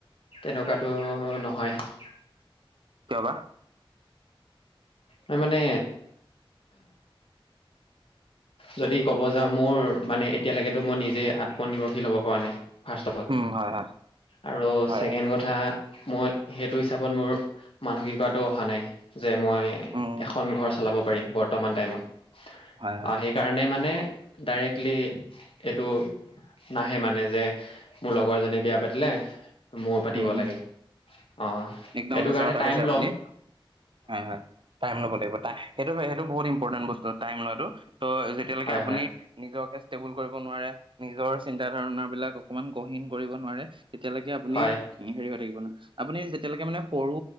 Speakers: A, on the left; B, on the right.
A: তেনেকুৱাটো নহয়
B: কিয় বা।
A: তাৰমানে যদি ক'ব যাওঁ মোৰ মানে এতিয়ালৈকেতো মই নিজে আত্মনিৰ্ভৰশীল হব পৰা নাই। ফাৰ্ষ্ট অফ অল
B: উম হয় হয়
A: আৰু
B: হয়
A: ছেকেণ্ড
B: হয়
A: কথা মই সেইটো হিচাপত মোৰ মানসিকতাটো অহা নাই যে মই
B: উম উম,
A: এখন ঘৰ চলাব পাৰিম বৰ্তমান টাইমত
B: হয় হয়
A: আৰু সেই কাৰনে মানে ডাইৰেক্টলি এইটো নাহে মানে যে মোৰ লগৰজনী বিয়া পাতিলে মও পাতিব
B: উম
A: লাগে
B: উম
A: অ।
B: একদম
A: সেইটো
B: সঁচা
A: কাৰণে
B: কথা
A: টাইম
B: কৈছে আপুনি
A: ল'ম
B: হয় হয় টাইম লব লাগিব টাই সেইটো সেইটো বহুত ইম্পৰ্টেণ্ট বস্তু টাইম লোৱাটো ত' যে এতিয়ালৈকে
A: হয়
B: আপুনি
A: হয়
B: নিজকে ষ্টেবুল কৰিব নোৱাৰে নিজৰ চিন্তা ধাৰণা বিলাক অকনমান গহীন কৰিব নোৱাৰে। তেতিয়ালৈকে আপুনি
A: হয়
B: হেৰি হৈ থাকিব নোৱাৰে আপুনি যে যেতিয়ালেকে মানে সৰু